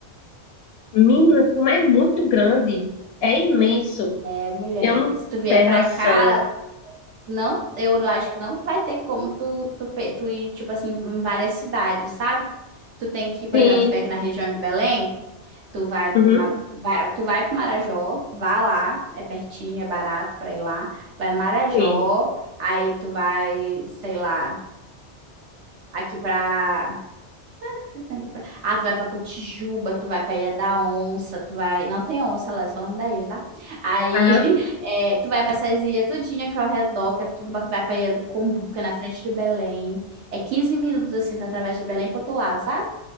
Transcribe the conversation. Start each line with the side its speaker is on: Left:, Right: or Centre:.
Left: mina, como é muito grande. É imenso.
Right: É, mulher,
Left: Eu não
Right: se tu vier
Left: Terra
Right: pra
Left: Santa.
Right: cá, Não, eu não- acho que não vai ter como tu, tu, pe- tu ir, tipo assim, em várias cidades, sabe? Tu tem que, por
Left: Sim.
Right: exemplo, tu vem aqui na região de Belém, tu vai para
Left: Uhum.
Right: uma, vai, tu vai para Marajó, vá lá, é pertinho, é barato para ir lá. Vai em Marajó,
Left: Sim.
Right: aí tu vai, sei lá, aqui para eu tenho que ir pra- Ah, tu vai pra Cotijuba, tu vai pra Ilha da Onça, tu vai. Não tem onça lá, é só o nome da ilha, tá? Aí
Left: Aham,
Right: <laughs> é, tu vai pra essas ilhas tudinha que é ao redor, que é tudo bacana. Tu vai pra Ilha do Combu, que é na frente de Belém. É 15 minutos assim, tu através de Belém pro outro lado, sabe?